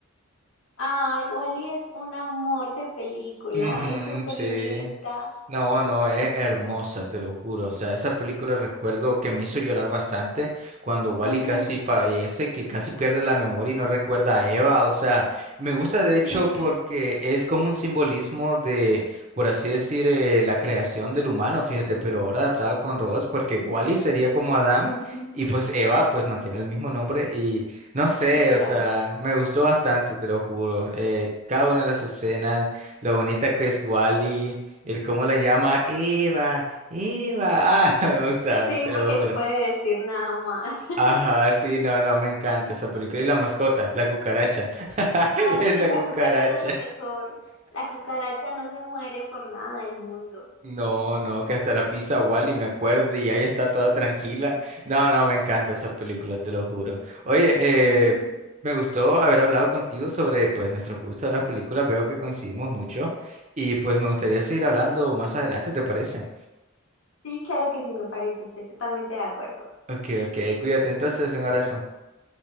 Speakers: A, on the left; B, on the right.
A: Ay, Wally es un amor de película,
B: Ujú,
A: es súper
B: sí.
A: linda.
B: No, no, es hermosa, te lo juro. O sea, esa película recuerdo que me hizo llorar bastante cuando Wally
A: Ujú,
B: casi fallece, que casi pierde la memoria y no recuerda a Eva. O sea, me gusta de hecho
A: Sí,
B: porque
A: sí, sí.
B: es como un simbolismo de, por así decir, eh, la creación del humano, fíjate, pero ahora adaptado con robots, porque Wally sería como Adam
A: Ujú,
B: y pues Eva pues mantiene el mismo nombre y no sé,
A: Sí, claro.
B: o sea, me gustó bastante, te lo juro. Eh, cada una de las escenas, lo bonita que es Wally. El cómo la llama Eva, Eva, ah, <laughs> me gusta,
A: Sí,
B: te lo
A: porque no
B: juro.
A: puede decir nada más. <laughs>
B: Ajá, sí, no, no, me encanta esa película. Y la mascota, la cucaracha. <laughs>
A: Ah,
B: Esa
A: sí, la
B: cucaracha.
A: cucaracha es lo mejor. La cucaracha no se muere por nada del mundo.
B: No, no, que hasta la pizza Wally, me acuerdo, y ahí está toda tranquila. No, no, me encanta esa película, te lo juro. Oye, eh,
A: Ujú.
B: me gustó haber hablado contigo sobre, pues, nuestro gusto de las películas. Veo que coincidimos mucho y, pues, me gustaría seguir hablando más adelante, ¿te parece?
A: Sí, claro que sí, me parece, estoy totalmente de acuerdo.
B: Ok, ok, cuídate entonces, un abrazo.